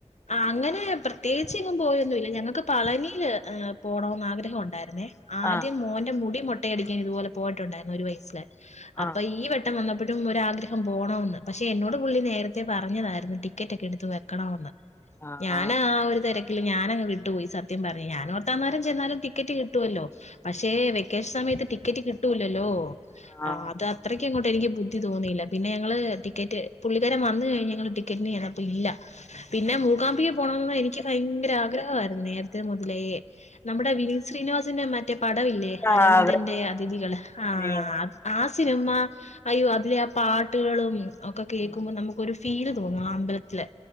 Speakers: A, on the left (about 80°); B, on the left (about 20°).
A: അങ്ങനെ പ്രത്യേകിച്ച് ഇങ് പോയൊന്നുംല്ല ഞങ്ങക്ക് പളനില് എഹ് പോണോന്ന് ആഗ്രഹം ഉണ്ടായിരുന്നേ. ആദ്യം
B: ആ
A: മോന്റെ മുടി മുട്ടയടിക്കാൻ ഇതുപോലെ പോയിട്ടുണ്ടായിരുന്നു ഒരു വയസ്സില്
B: ആ
A: അപ്പൊ ഈ വെ ത്തം വന്നപ്പോതും ഒരാഗ്രഹം പോണോന്ന് പക്ഷെ എന്നോട്
B: ആ
A: പുള്ളി നേര തെ പറഞ്ഞതായിരുന്നു ടിക്കറ്റ് ഒക്കെ എടുത്ത് വെക്കണോംന്ന്
B: ആ ആ
A: ഞാന് ആഹ് ഒര് തെര ക്കില് ഞാനങ് വിട്ട് പോയി സത്യം പറയാ ഞാന് ഓർത്തന്നേരം ചെന്നാലും ടിക്കറ്റ് കിട്ടുവെല്ലോ പക്ഷേ വെ ക്കേഷ്മയത്ത് ടിക്കറ്റ് കിട്ടൂലല്ലോ
B: ആ
A: ആഹ് അത് അത്രയ്ക്ക് ങ്ങോട്ട് എനിക്ക് ബു ദ്‌ധി തോന്നിയില്ല പിന്നെ ഞങ്ങള് ടിക്കറ്റ് പുള്ളിക്കാരൻ വന്ന് കഴിഞ്ഞ ഞങ്ങള് ടിക്കറ്റിന് ചെന്നപ്പോ ഇല്ല പിന്നെ മൂകാംമ്പിക പോണോംന്ന് എനിക്ക് ഭയങ്കര ആഗ്രഹായിരുന്നു നേരത്തെ മുതലേ നമ്മുടെ വിനീത് ശ്രീനിവാസന്റെ മറ്റേ പടവില്ലേ
B: ആ
A: അരവിന്ദന്റെ
B: അതെ
A: അതിഥികള് ആഹ്
B: ഉം
A: ആഹ് സിനിമ അയ്യോ അതിലെ ആ പാട്ട്കളും ഒക്കെ കേൾക്കുമ്പോ
B: ഉം
A: നമു ഒരു ഫീല് തോന്നും ആ അമ്പലത്തിലെ